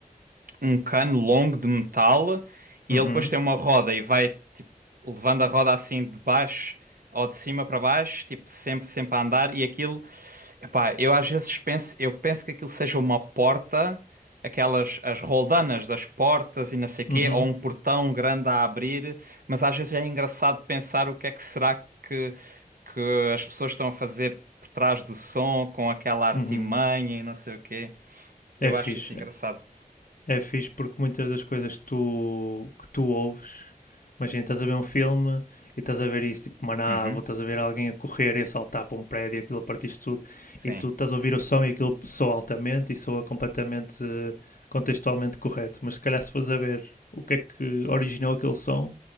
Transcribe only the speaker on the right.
um cano longo de metal e
ele depois tem uma roda e vai tipo, levando a roda assim de baixo ou de cima para baixo, tipo sempre, sempre a andar e aquilo, epá, eu às vezes penso, eu penso que aquilo seja uma porta, aquelas as roldanas das portas e não sei quê,
ou um portão grande a abrir, mas às vezes é engraçado pensar o que é que será que que as pessoas estão a fazer por trás do som com aquela artimanha
e não sei o quê. Eu
acho isso engraçado.
Uhum,
Sim.